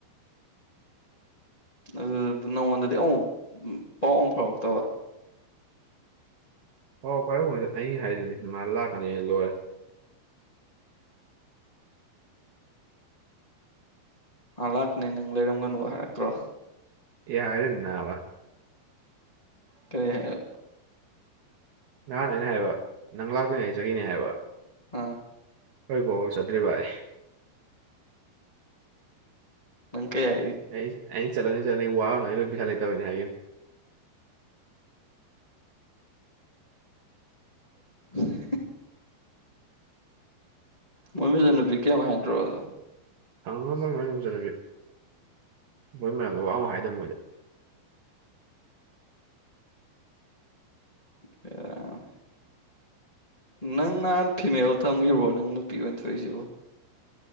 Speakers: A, on the left; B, on the right.
A: ꯑꯗꯨꯗ ꯅꯪꯉꯣꯟꯗꯗꯤ ꯑꯣꯝ ꯄꯥꯎ ꯑꯃꯨꯛ ꯐꯥꯎꯔꯛꯇꯕ
B: ꯍꯥꯎꯔꯛꯄꯕꯨ ꯑꯩ ꯍꯥꯏꯔꯤꯅꯤ ꯃꯥ ꯂꯥꯛꯀꯅꯤ ꯂꯣꯏꯔꯦ
A: ꯃꯥ ꯂꯥꯛꯀꯅꯤ ꯅꯪ ꯂꯩꯔꯝꯒꯅꯨ ꯍꯥꯏꯔꯛꯇ꯭ꯔꯣ
B: ꯌꯥꯔꯦ ꯅꯥꯕ
A: ꯀꯩ ꯍꯥꯢꯕ
B: ꯅꯍꯥꯟ ꯑꯩꯅ ꯍꯥꯏꯕ ꯅꯪ ꯂꯥꯛꯇ꯭ꯔꯤꯉꯩ ꯆꯠꯈꯤꯅꯤ ꯍꯥꯏꯕ
A: ꯑꯥ
B: ꯍꯣꯏꯕꯣ ꯆꯠꯇ꯭ꯔꯤ ꯚꯥꯏ
A: ꯅꯪ ꯀꯩ ꯍꯥꯏꯒꯤ
B: ꯑꯩ ꯑꯩꯅ ꯆꯠꯂꯅꯤ ꯆꯠꯂꯅꯤ ꯋꯥꯅꯣꯏ ꯑꯩꯈꯣꯏ ꯄꯩꯁꯥ ꯂꯩꯇꯕꯅꯦ ꯍꯥꯏꯈꯤꯕꯅꯦ
A: <unintelligible> ꯃꯃꯤꯁꯨ ꯅꯨꯄꯤ ꯀꯩꯝ ꯍꯥꯏꯗ꯭ꯔꯣꯗꯣ
B: ꯍꯪꯉꯝꯃꯒ ꯃꯣꯏ ꯃꯌꯨꯝ ꯆꯠꯂꯒꯦ ꯃꯣꯏ ꯃꯌꯥꯝꯗ ꯋꯥ ꯑꯃ ꯍꯥꯏꯗ ꯃꯣꯏꯗ
A: <unintelligible> ꯅꯪ ꯅꯍꯥꯟ ꯐꯤꯃꯦꯜ ꯊꯝꯈꯤꯕꯣ ꯅꯪ ꯅꯨꯄꯤ ꯑꯣꯏꯅ ꯊꯣꯛꯏꯁꯤꯕꯣ